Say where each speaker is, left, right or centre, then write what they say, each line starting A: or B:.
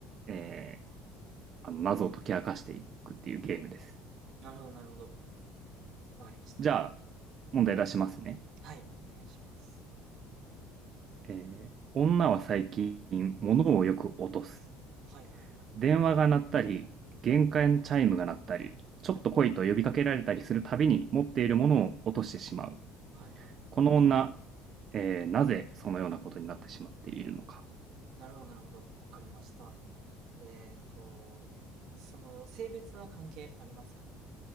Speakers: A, on the right; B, on the right.
A: えーあの謎を解き明かしていくっていうゲームです。
B: なるほど、なるほど。わかりました。
A: じゃあ、問題出しますね。
B: はい。お願いします。
A: えー女は最近、物をよく落とす。
B: はい、はい、はい。
A: 電話が鳴ったり、玄関チャイムが鳴ったり、ちょっと来いと呼びかけられたりするたびに持っているものを落としてしまう。
B: はい。はい、はい。
A: この女、えーなぜそのようなことになってしまっているのか。
B: なるほど、なるほど。わかりました。えっと、その、性別は関係ありますか